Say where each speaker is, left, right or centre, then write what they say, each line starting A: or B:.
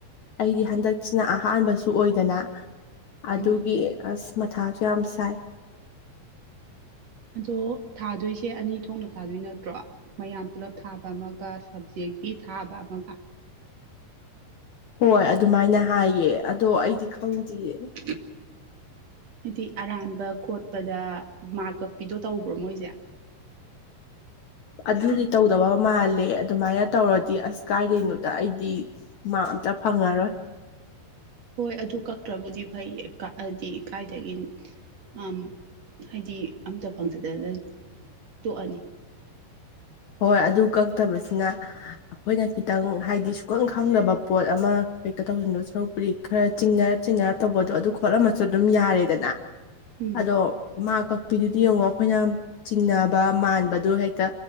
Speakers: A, on the left; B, on the right.
A: ꯑꯩꯗꯤ ꯍꯟꯗꯛ ꯁꯤꯅ ꯑꯍꯥꯟꯕꯁꯨ ꯑꯣꯏꯗꯅ
B: ꯎꯝ
A: ꯑꯗꯨꯒꯤ ꯑꯁ ꯃꯊꯥꯖꯨ ꯌꯥꯝ ꯁꯥꯏ
B: ꯑꯗꯣ ꯊꯥꯗꯣꯏꯁꯦ ꯑꯅꯤ ꯊꯣꯛꯅ ꯊꯥꯗꯣꯏ ꯅꯠꯇ꯭ꯔꯣ ꯃꯌꯥꯝ ꯄꯨꯂꯞ ꯊꯥꯕ ꯑꯃꯒ ꯁꯕꯖꯦꯛꯀꯤ ꯊꯥꯕ ꯑꯃꯒ
A: ꯍꯣꯏ ꯑꯗꯨꯃꯥꯏꯅ ꯍꯥꯏꯌꯦ ꯑꯗꯣ ꯑꯩꯗꯤ ꯈꯪꯗꯤ
B: <unintelligible> ꯑꯗꯨꯗꯤ ꯑꯔꯥꯟꯕ ꯈꯣꯠꯄꯗ ꯃꯥꯛ ꯀꯛꯄꯤꯗꯣ ꯇꯧꯕ꯭ꯔꯣ ꯃꯣꯏꯖꯦ
A: ꯑꯗꯨꯗꯤ ꯇꯧꯗꯕ ꯃꯥꯜꯂꯦ ꯑꯗꯨꯃꯥꯏꯅ ꯇꯧꯔꯗꯤ ꯑꯁ ꯀꯥꯏꯗꯩꯅꯣꯗ ꯑꯩꯗꯤ ꯃꯥꯛ ꯑꯝꯇ ꯐꯪꯉꯔꯣꯏ
B: ꯍꯣꯏ ꯑꯗꯨ ꯀꯛꯇ꯭ꯔꯕꯨꯗꯤ ꯐꯩꯌꯦ ꯀꯛꯑꯗꯤ ꯀꯥꯏꯗꯒꯤ ꯑꯥꯝ ꯍꯥꯏꯗꯤ ꯑꯝꯇ ꯐꯪꯗꯗꯅ ꯇꯣꯛꯑꯅꯤ
A: ꯍꯣꯏ ꯑꯗꯨ ꯀꯛꯇꯕꯁꯤꯅ ꯑꯈꯣꯏꯅ ꯈꯤꯇꯪ ꯍꯥꯏꯗꯤ ꯁꯨꯈꯪ ꯈꯪꯗꯕ ꯄꯣꯠ ꯑꯃ ꯍꯦꯛꯇ ꯇꯧꯁꯤꯟꯗꯧ ꯁꯔꯨꯛ ꯄꯨꯗꯤ ꯈꯔ ꯆꯤꯡꯅꯔꯞ ꯆꯤꯡꯅꯔꯞ ꯇꯧꯕꯗꯣ ꯑꯗꯨ ꯈꯣꯠꯂꯝꯃꯁꯨ ꯑꯗꯨꯝ ꯌꯥꯔꯦꯗꯅ
B: ꯎꯝ
A: ꯑꯗꯣ ꯃꯥꯛ ꯀꯛꯄꯤꯗꯨꯗꯤ ꯌꯦꯡꯉꯣ ꯑꯩꯈꯣꯏꯅ ꯆꯤꯡꯅꯕ ꯃꯥꯟꯕꯗꯨ ꯍꯦꯛꯇ